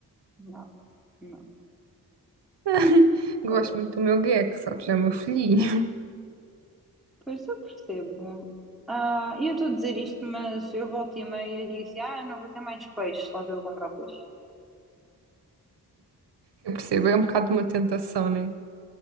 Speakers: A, in the centre; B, on the right (about 85°).
A: Não, não.
B: <laughs> Gosto
A: Oh,
B: muito do meu gecko, sabes? É o meu filhinho.
A: Pois eu percebo. Ah, e eu estou a dizer isto, mas eu volto e meia e digo assim: ah, não vou ter mais peixe, só estou a comprar peixe.
B: Eu percebo, é um bocado de uma tentação, né?